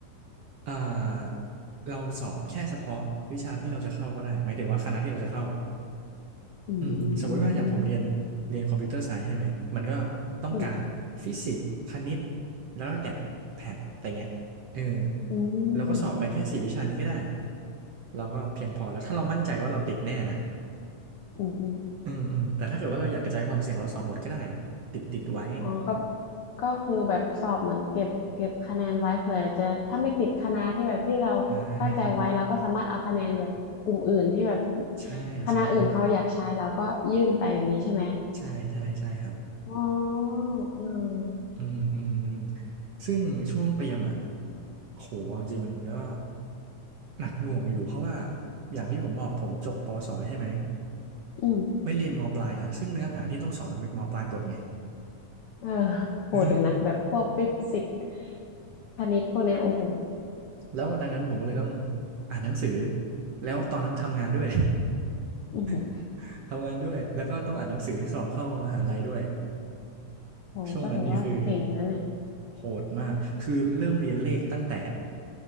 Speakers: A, on the right (about 60°); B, on the left (about 80°).
A: เอ่อเราสอบแค่เฉพาะวิชาที่เราจะเข้าก็ได้หมายถึงว่าคณะที่เราจะเข้า
B: อืม
A: อืมสมมุติว่าอย่างผมเรียนเรียนคอมพิวเตอร์ไซส์ใช่ไหมมันก็ต้องการฟิสิกส์คณิต
B: อืม
A: แล้วก็แกดแพดอะไรเงี้ยเออ
B: อืม
A: เราก็สอบไปแค่สี่วิชานี้ก็ได้เราก็เพียงพอแล้วถ้าเรามั่นใจว่าเราติดแน่นะ
B: อืมอืมอม
A: อืมอืมแต่ถ้าเกิดว่าเราอยากกระจายความเสี่ยงเราสอบหมดก็ได้ติดติดไว้
B: อ๋อก็ก็คือแบบสอบเหมือนเก็บเก็บคะแนนไว้เผื่อจะถ้าไม่ติดคณะที่แบบที่เรา
A: อ่า
B: ตั้งใจไว้เราก็สามารถเอาคะแนนแบบกลุ่มอื่นที่แบบ
A: ใช่ใช่
B: คณะอื่นเขาอยากใช้เราก็ยื่นไปแบบนี้ใช่ไหม
A: ใช่ใช่ใช่ครับ
B: อ๋อเออ
A: อืมอืมอืมซึ่งช่วงเตรียมอ่ะโหเอาจริงๆมันก็หนักหน่วงอยู่เพราะว่าอย่างที่ผมบอกผมจบปอสอใช่ไหม
B: อืม
A: ไม่เรียนมปลายอ่ะซึ่งเนื้อหาที่ต้องสอบมันเป็นมปลายปลดไง
B: เออโหดอยู่นะแบบพวกฟิสิกส์
A: เออ
B: คณิตพวกเนี้ยโอ้โห
A: แล้วดังนั้นผมก็เลยต้องอ่านหนังสือแล้วตอนนั้นทำงานด้วย
B: อือหือ
A: <laughs> ทำงานด้วยแล้วก็ต้องอ่านหนังสือสอบเข้ามหาลัยด้วย
B: โหก็ถือว่าเก่งนะเนี่ย
A: ช่วงนั้นนี่คือโหดมากคือเริ่มเรียนเลขตั้งแต่